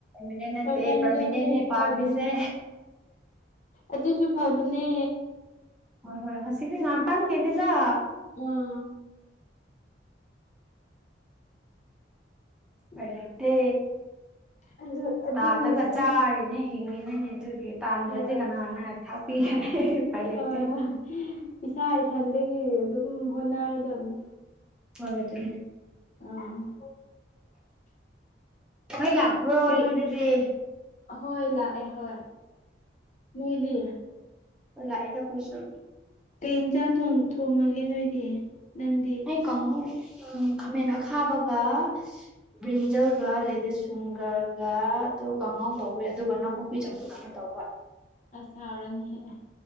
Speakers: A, in the centre; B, on the left.
A: ꯃꯤꯅꯦ ꯅ
B: ꯄꯥꯔꯠ
A: ꯄꯦ
B: ꯇꯥꯏꯝ
A: ꯄ꯭ꯔꯃꯤꯅꯦꯅꯦ
B: ꯖꯣꯕꯁꯨ
A: ꯄꯥꯝꯃꯤꯁꯦ
B: ꯐꯕꯅꯤꯍꯦ ꯑꯗꯨꯁꯨ ꯐꯕꯅꯦ
A: ꯍ ꯍꯣꯏ ꯍꯁꯤꯗꯤ ꯉꯅꯥꯇꯪꯦꯅꯤꯗ
B: ꯎꯝ ꯎꯝ
A: ꯄꯥꯏꯂꯛꯇꯦ
B: ꯑꯗꯨ ꯑꯗꯨꯅꯁꯨ
A: ꯇꯥꯜꯂꯒ ꯆꯥꯔꯤꯅꯦ ꯍꯤꯡꯉꯤꯅꯅꯦ ꯑꯗꯨꯒꯤ ꯇꯥꯟꯗ꯭ꯔꯗꯤ
B: ꯍꯣꯏ
A: ꯀꯅꯥꯅ ꯊꯥꯛꯄꯤꯒꯅꯤ ꯎꯄꯥꯏ ꯂꯩꯇꯦ
B: ꯍꯣꯏ ꯍꯣꯏ ꯏꯁꯥ ꯏꯊꯟꯗꯒꯤ ꯑꯗꯨꯝ ꯍꯣꯠꯅꯔꯗꯕꯅꯤ
A: ꯍ ꯑꯗꯨ
B: ꯑꯝ
A: ꯑꯩꯏ ꯂꯥꯛꯄ꯭ꯔꯣ
B: ꯀꯩ
A: ꯅꯣꯏꯗꯗꯤ
B: ꯍꯣꯏ ꯂꯥꯛꯑꯦ ꯍꯣꯏ ꯅꯣꯏꯗꯤ
A: ꯑꯣ ꯂꯥꯛꯑꯗ ꯐꯁ
B: ꯀꯩ ꯏꯟꯁꯥꯡ ꯊꯣꯡꯉꯒꯦ ꯅꯣꯏꯗꯤ ꯅꯪꯗꯤ
A: ꯑꯩ ꯀꯥꯡꯉꯧ ꯎ ꯈꯥꯃꯦꯟ ꯑꯈꯥꯕꯒ ꯕ꯭ꯔꯤꯟꯖꯜꯒ ꯂꯦꯗꯤꯁ ꯁꯤꯡꯒꯔꯒ ꯑꯗꯨ ꯀꯥꯡꯉꯧ ꯇꯧꯋꯦ ꯑꯗꯨꯒꯅꯀꯣ ꯆꯊ ꯑꯃ ꯇꯧꯕ
B: ꯑꯁꯥꯎꯔꯅꯤ ꯍꯦ